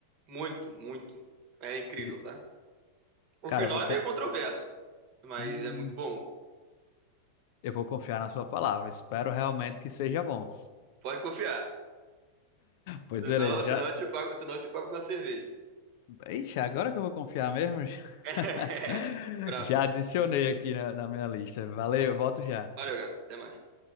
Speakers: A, on the right; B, on the left.
A: Muito, muito. É incrível,
B: E,
A: tá? O
B: Cara,
A: final
B: eu vou,
A: é
B: con-
A: meio controverso, mas
B: hum,
A: é muito bom.
B: eu vou confiar na sua palavra. Espero realmente que seja bom.
A: Pode confiar.
B: Pois
A: Senão,
B: beleza, já.
A: senão eu te Hum. pago, senão eu te pago uma cerveja.
B: Ixi, agora que eu vou confiar mesmo, <laughs>
A: <laughs> É. Brabo.
B: já adicionei aqui na na minha lista. Valeu, volto já.
A: Valeu, galera. Até mais.